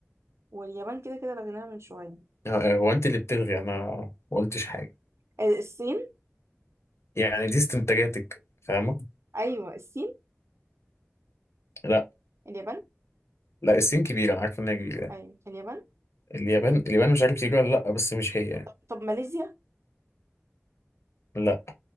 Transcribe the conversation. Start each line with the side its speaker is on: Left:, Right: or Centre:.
Right: واليابان كده كده لغيناها من شوية
Left: آه، آه، هو انت اللي بتلغي انا ما قلتش حاجة
Right: آه، الصين
Left: يعني دي استنتاجاتك فاهمة
Right: أيوه الصين
Left: لا
Right: اليابان
Left: لا الصين كبيرة انا عارف انها كبيرة يعني
Right: أيوه اليابان
Left: اليابان اليابان مش عارف كبيرة ولا لا بس مش هي يعني
Right: طب ماليزيا
Left: لا